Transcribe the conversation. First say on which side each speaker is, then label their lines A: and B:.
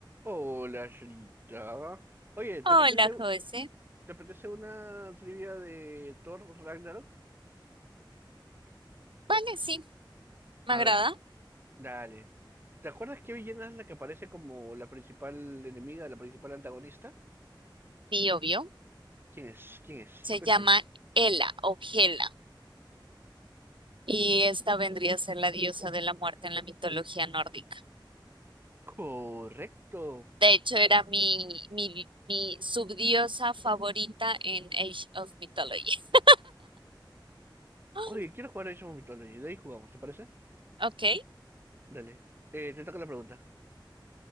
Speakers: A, on the right; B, on the right.
A: Hola, Shrita. Oye, ¿te
B: Hola,
A: apetece,
B: José.
A: te apetece una trivia de Thor Ragnarok?
B: Vale, sí,
A: A
B: me agrada.
A: ver, dale. ¿Te acuerdas que Villena es la que aparece como la principal enemiga, la principal antagonista?
B: Sí, obvio.
A: ¿Quién es? ¿Quién es?
B: Se
A: Cuéntame.
B: llama Hela o Hela. Y esta vendría a ser la diosa de la muerte en la mitología nórdica.
A: Correcto.
B: De hecho, era mi, mi, mi subdiosa favorita en Age of Mythology. <gasps> Ah,
A: Oye, quiero jugar a Age of Mythology. De ahí jugamos, ¿te parece?
B: Ok.
A: Dale. Eh, te toca la pregunta.